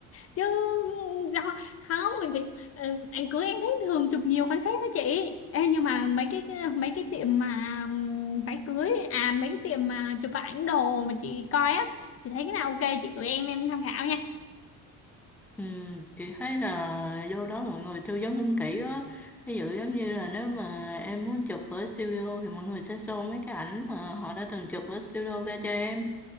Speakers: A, on the left; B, in the centre.
A: chứ do không mình phải ờ, anh cưới em thấy thường chụp nhiều concept đó chị Ê, nhưng mà mấy cái mấy cái tiệm mà ừm, váy cưới à mấy cái tiệm mà chụp ảnh đồ mà chị coi á chị thấy cái nào ok chị gửi em em tham khảo nha
B: ừ, chị thấy là vô đó mọi người tư vấn cũng kỹ á ví dụ giống như là nếu mà em muốn chụp ở studio thì mọi người sẽ show mấy cái ảnh mà họ đã từng chụp ở studio ra cho em